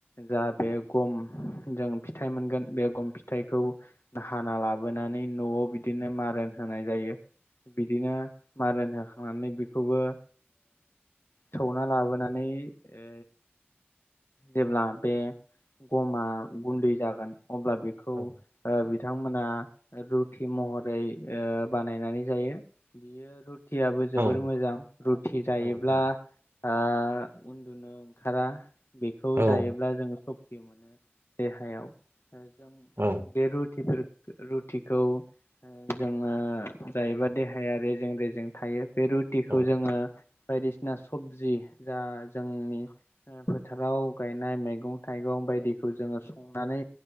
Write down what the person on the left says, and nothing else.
जा बे गम जों फिथाइ मोनगोन बे गम फिथाइखौ हाना लाबोनानै न'आव बिदिनो मारोन होनाय जायो। बिदिनो
मारोन होखांनानै बिखौबो ओ सौना लाबोनानै ओ जेब्ला बे गमा गुन्दै जागोन अब्ला बिखौ
ओ बिथां मोना रुथि महरै ओ बानायनानै जायो बियो रु टियाबो जोबोर
मोजां रुथि जायोब्ला
ओ उन्दुनो ओंखारा बिखौ
जायोब्ला जों सक्ति मोनो। देहायाव जों
बे रुथिफोर रुथिखौ ओ जोङो जायोबा देहाया रेजें रेजें थायो बे रुटिखौ
जोङो बायदिसिना सबजि जा जोंनि ओ फोथाराव गायनाय मेगं थाइगं बायदिखौ जोङो संनानै